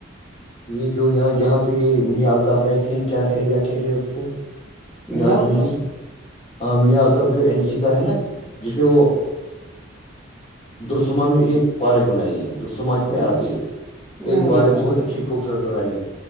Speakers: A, on the left; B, in the centre.
A: یہ جو یہاں جہاں پہ یہ م آتاف رہتے ہیں کیا ایریا کیسے ہے اس کو
B: میال
A: یاد نہیں
B: تک
A: ہے ہ میاں الطب جو این سی کا ہے نا جسے وہ درسما میں ایک پارک بنائی ہے دسما میں
B: نہیں
A: آ گئی ایک
B: میں
A: پارک
B: نہیں جانتا
A: بہت اچھی خوبصورت بنائے ہے